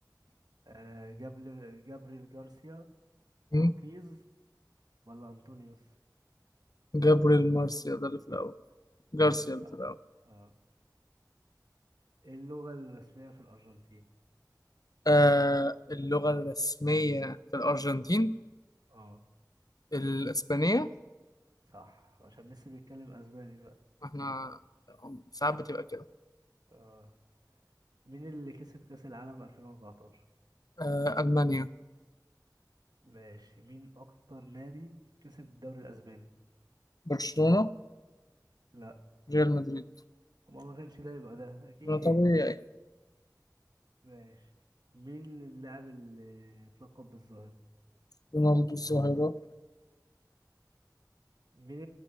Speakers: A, on the right; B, on the left.
A: آه جابر جابريل جارسيا
B: مم.
A: ماركيز ولا أنطونيوس؟
B: جبر المارسيا ده اللي في الأول جارسيا
A: أيوه صح
B: اللي في الأول
A: اه ايه اللغة الرسمية في الأرجنتين؟
B: آه اللغة الرسمية في الأرجنتين
A: اه
B: الإسبانية
A: صح عشان ميسي بيتكلم اسباني بقى
B: احنا ساعات بتبقى كده
A: اه مين اللي كسب كأس العالم 2014
B: آه ألمانيا
A: ماشي مين اكتر نادي كسب الدوري الاسباني
B: برشلونة
A: لا
B: ريال مدريد
A: ما ما كانش ده يبقى ده اكيد
B: ده طبيعي
A: ماشي مين اللاعب اللي اتلقب بالظاهرة
B: رونالدو الظاهرة
A: مين